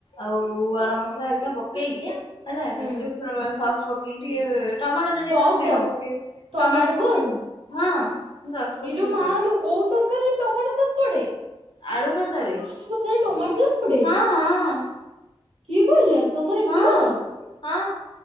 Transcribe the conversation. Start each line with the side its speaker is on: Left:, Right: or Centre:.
Left: ଆଉ ଗରମ୍ ମସ୍ଲା ହରିକା ପକେଇକି ହେଲା
Right: ହୁଁ
Left: ତାକୁ ଫ୍ର ଟିକେ ସକ୍ସ୍ ଟିକେ ଟମାଟୋ ସେଇ
Right: ସକ୍ସ
Left: ଅନୁସାରେ ପକେଇବୁ
Right: ଟମାଟୋ
Left: ଟମାଟ ସ ପକେଇବ
Right: ସସ୍
Left: ହଁ ମୁଁ ସକ୍ସ ପକେଇକି
Right: ଇଲୋ
Left: ବିକରେ।
Right: ମାଲୋ କୋଉ ତରକାରୀରେ ଟମାଟୋ ସସ୍ ପଡେ?
Left: ଆଳୁ କଷାରେ
Right: ଆଳୁ କସାରେ ଟୋମାଟ ସସ୍ ପଡେ?
Left: ହଁ ହଁ
Right: କିଏ କହିଲା ତମର ଏମିତି
Left: ହଁ
Right: କର?
Left: ହଁ।